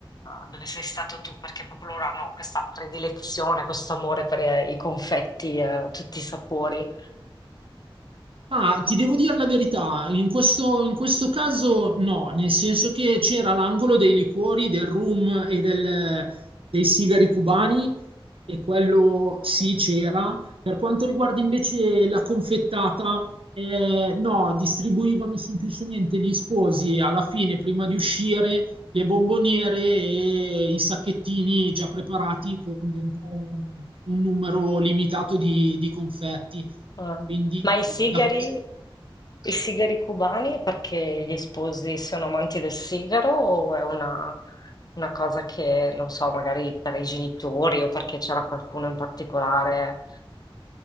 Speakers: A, on the left; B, on the right.
A: dove sei stato tu, perché proprio loro hanno questa predilezione, questo amore per eh, i confetti, eh, tutti i sapori.
B: Ma ti devo dire la verità, in questo, in questo caso no, nel senso che c'era l'angolo dei liquori, del rum e del- dei sigari cubani, e quello sì c'era. Per quanto riguarda invece la confettata, eh, no, distribuivano semplicemente gli sposi alla fine, prima di uscire, le bomboniere e i sacchettini già preparati con dentro un, un numero limitato di, di confetti.
A: Ah.
B: Quindi
A: Ma i sigari,
B: da questo
A: i sigari cubani, perché gli sposi sono amanti del sigaro o è una, una cosa che, non so, magari per i genitori o perché c'era qualcuno in particolare?